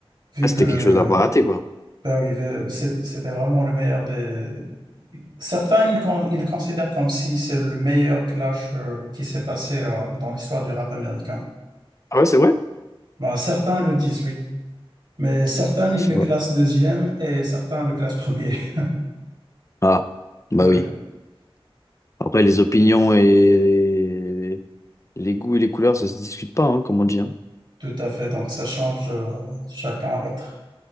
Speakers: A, on the right; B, on the left.
A: vu
B: Ah, c'était
A: que
B: quelque chose à pas rater, quoi.
A: Ben oui, ben, c'est- c'était vraiment le meilleur des... des- Certains, ils, con- ils considèrent comme si c'est le meilleur clash euh, qui s'est passé euh, dans l'histoire du rap américain.
B: Ah ouais, c'est vrai?
A: Ben, certains le disent, oui. Mais certains,
B: Ah,
A: ils
B: Je sais
A: le
B: pas.
A: classent deuxième et certains le classent premier. <laughs>
B: Ah, bah
A: Ben
B: oui.
A: oui,
B: Après, les opinions et les goûts et les couleurs, ça se discute pas, hein, comme on dit. hein.
A: tout à fait. Donc, ça change euh, chacun à l'autre.